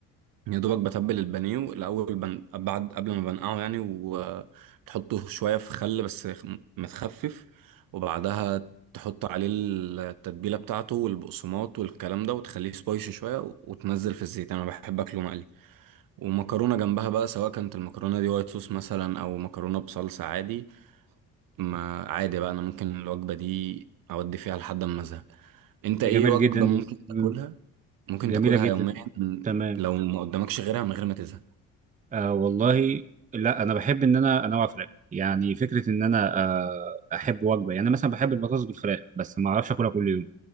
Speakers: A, on the right; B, on the right.
A: يا دوبك بتبل البانيه الاول بن... بعد قبل ما بنقعه يعني وتحطه شويه في خل بس متخفف وبعدها تحط عليه التتبيله بتاعته والبقسماط والكلام ده وتخليه سبايسي شويه وتنزل في الزيت انا بحب اكله مقلي ومكرونه جنبها بقى سواء كانت المكرونه دي وايت صوص مثلا او مكرونه بصلصه عادي ما عادي بقى انا ممكن الوجبة دي اودي فيها لحد ما ازهق انت ايه
B: دي جميل
A: وجبة
B: جدا
A: ممكن
B: دي مم.
A: تاكلها ممكن
B: جميله
A: تاكلها
B: جدا
A: يوميا
B: تمام
A: لو ما قدامكش غيرها من غير ما تزهق
B: آه والله لا انا بحب ان انا انوع في الاكل يعني فكره ان انا آه احب وجبه يعني أنا مثلا بحب البطاطس بالفراخ بس ما اعرفش اكلها كل يوم